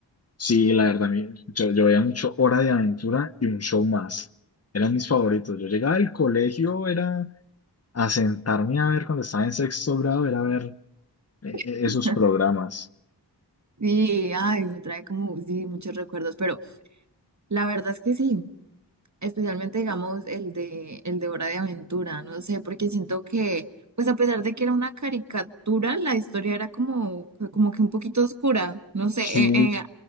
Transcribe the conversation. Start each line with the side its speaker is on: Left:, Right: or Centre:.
Left: Sí, la verdad, a mí- yo, yo veía mucho Hora de Aventura y un show más. Eran mis favoritos. Yo llegaba al colegio, era a sentarme a ver cuando estaba en sexto grado, era ver eh, eh,
Right: <laughs>
Left: esos programas.
Right: Sí, ay, me trae como, sí, muchos recuerdos, pero la verdad es que sí. especialmente digamos el de el de Hora de Aventura, no sé, porque siento que pues a pesar de que era una caricatura, la historia era como como que un poquito oscura, no sé,
Left: Sí,
Right: eh, eh,